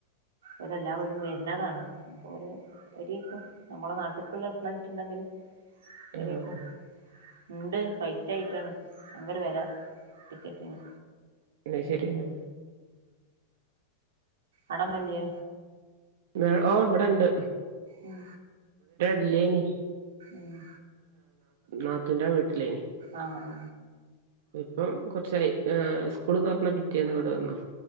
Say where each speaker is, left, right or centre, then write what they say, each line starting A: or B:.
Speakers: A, on the right; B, on the right.
A: എല് എല്ലാ കൊല്ലൊം വര്ന്നതാണ് ഇഞ്ഞ്പ്പോല് വെരേക്കും നമ്മളെ നാട്ട്ക്ക്ള്ള ഫ്ലൈറ്റ് ഇണ്ടെങ്കില് വരേക്കും
B: ആഹ്
A: ഇണ്ട് ഫൈറ്റ് ആയിട്ടാണ് ഭയങ്കര വെല ടിക്കറ്റിന്
B: അഹ് ശെരി ആഹ്
A: അടമല്ല്യെ
B: ആഹ് ഓ ഇവടെണ്ട്
A: ഉം
B: ഇല്ലേനി
A: ഉം
B: നാത്തൂന്റെ വീട്ട്ലേനി
A: ആ ആ
B: ഇപ്പം കൊർച്ചായി എ സ്കൂള് തൊറന്ന പിറ്റേന്ന് ഇങ്ങട്ട് വന്നു